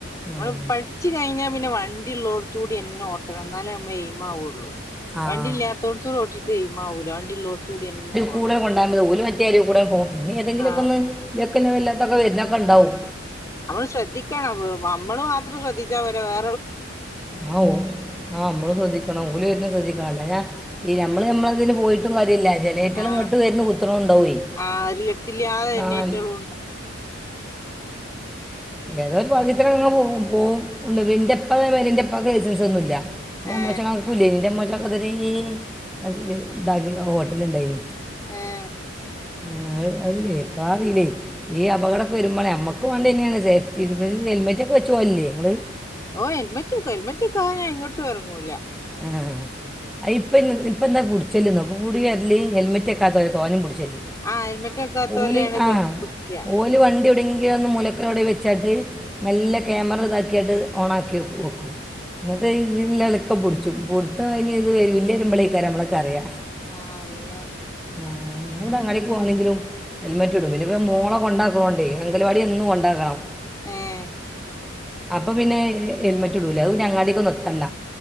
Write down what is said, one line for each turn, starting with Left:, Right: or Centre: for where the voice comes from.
Left: മ്മള്
Centre: ഉം.
Left: പഠിച്ചു കഴിഞ്ഞാ പിന്നെ വണ്ടിള്ളോടത്തൂടി. എന്നു ഓട്ടണം ന്നാലേമ്മ എയിമാവുള്ളു.
Centre: ആഹ്
Left: വണ്ടി ഇല്ലാത്തോടത്ത് ഓട്ടിട്ട് എയിമാവൂല വണ്ടിള്ളോട കൂടിന്നെ പോണം.
Centre: കൂടെണ് കൊണ്ടയമതി ഓല് മറ്റേ അരൂകൂടെ പോകുംപിന്നെ തെങ്കിലുംക്കെ
Left: ആ
Centre: ഒന്ന് ലക്കിന് ഇല്ലാത്തക്കെ വരുന്നൊക്കെ ണ്ടാവും.
Left: നമ്മള് ശ്രദ്ധിക്കണം നമ്മള് മാത്രം ശ്രദ്ധിച്ചാ പോരെ വേ.
Centre: ആഓ ആഹ് അമ്മള് സ്രദ്ധിക്ക. ഓല് വെര്ന ശ്രദ്ധിക്കണംഅല്ലാഞ്ഞ ഈ നമ്മള് നമ്മളതില് പോയിട്ടും കാര്യല്ല. അയ്റ്റള
Left: ആ
Centre: ഇങ്ങട്ട് വന്നു കുത്ത്ണുണ്ടവയ്.
Left: ആ ഒരു ലക്കില്ലാതെ എണ്ണീറ്റകളും
Centre: ആഹ്
Left: ഉം
Centre: ഏതൊരു ഭാഗ്യത്തിന് അങ്ങന പോകുംപോകുംന്ന ഇന്റപ്പതേമാതി രി ന്റപ്പാക്ക് ലൈസൻസൊന്നുല്ല. ന്റമ്മോശാകാക്കുംഇല്ലേയ്
Left: ഏ
Centre: ന്റമ്മോ ശാക്കദരീ <unintelligible> ഹോട്ടല്ണ്ടായിന്.
Left: ഏ. ഹ്
Centre: ഉം അറീല്ലേ എപ്പഴാറീലെ ഈ അപകടൊക്കെ വരുമ്പാണ് നമ്മക്ക് മാണ്ടിന്നേണ്. സേഫ്റ്റി <unintelligible> ഹെൽമെറ്റൊ ക്കെ വെച്ച് പോവലില്ലേ ങ്ങള്.
Left: ഓ ഹെൽമെറ്റ്ക്കും ഹെൽമറ്റക്കാതെ ഞാ എങ്ങോട്ടറങ്ങൂല.
Centre: ആഹ്ഹ പ്പന് ഇപ്പന്താ കുടിച്ചല് നോ പ്പ കൂടി വെരല്. ഹെൽമെ <unintelligible> തോനിം പുട്ച്ചല് അ
Left: ആ ഹെൽമെറ്റ്
Centre: അയന്നെ
Left: വെക്കാത്തോലെയാണ്
Centre: ഓല് ആ
Left: തോനെ പിടിക്ക
Centre: ഓറ്റ. വണ്ടിഎവിടേങ്കിലൊന്ന് മൂലക്കലെവിടേവെച്ചാട്ട് മെല്ലെക്യാമറത. ക്കിയാട്ട് ഓണാക്കിവെക്കും എന്നിട്ട് ഇതിലില്ലോലെക്കെ
Left: ആ
Centre: പുട്. <unintelligible> ഇത് വര് ബില്ലെ യ്തുമ്പോലേക്കാരംനമ്മളൊക്ക അറിയാ.
Left: ആഹ് അറിയ
Centre: ആഹ് ഞാവിലെങ്ങാടി. പോണെങ്കിലും ഹെൽമെറ്റ്ടും പിന്നെ മോള കൊണ്ടാക്ണോണ്ടേ അങ്കൽവാടി എന്നും കൊണ്ടാക്കണം.
Left: ഏ.. മ്
Centre: അപ്പൊ പിന്നെ ഹെൽമെറ്റ്ടൂല അത്പിന്നെ അങ്ങാടിക്കൊന്നും എത്തണ്ട.